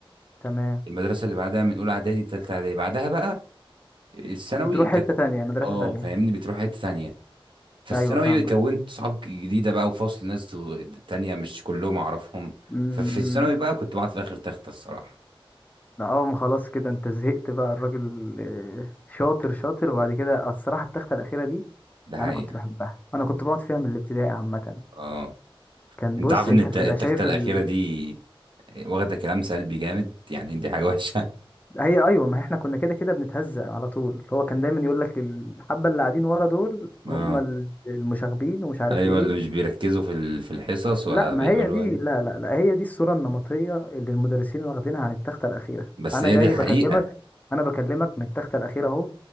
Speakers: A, on the left; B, on the right.
A: تمام
B: المدرسه اللي بعدها من اولى اعدادي لتالتة اعدادي بعدها بقى الثانوي
A: بتروح
B: كانت
A: حتة تانية مدرسة
B: اه
A: تانية
B: فاهمني بتروح حته ثانيه فالثانوي
A: ايوه فاهمك
B: كونت صحاب جديده بقى وفصل ناس تانية مش كلهم اعرفهم
A: امم
B: ففي الثانوي بقى كنت بقعد في اخر تخته الصراحه
A: لا اه ما خلاص كده انت زهقت بقى الراجل آه، شاطر شاطر وبعد كده الصراحة التختة الأخيرة دي
B: ده حقيقه
A: انا كنت بحبها انا كنت بقعد فيها من الابتدائي عامة
B: اه
A: كان
B: انت
A: بص
B: عارف
A: انت
B: ان الت-
A: بتبقى
B: التخته
A: شايف
B: الاخيره
A: ال...
B: دي واخده كلام سلبي جامد يعني دي حاجه وحشه
A: هي ايوه ما احنا كنا كده كده بنتهزق على طول هو كان دايما يقول لك الحبة اللي قاعدين ورا دول هم
B: آه.
A: ال- المشاغبين ومش عارف
B: ايوه
A: ايه
B: اللي مش بيركزوا في ال- في الحصص ولا
A: لا ما
B: بيعملوا
A: هي دي
B: واجب
A: لا لا لا هي دي الصورة النمطية اللي المدرسين واخدينها عن التختة الأخيرة
B: بس
A: أنا
B: هي
A: جاي
B: دي الحقيقه
A: بكلمك أنا بكلمك من التختة الأخيرة أهو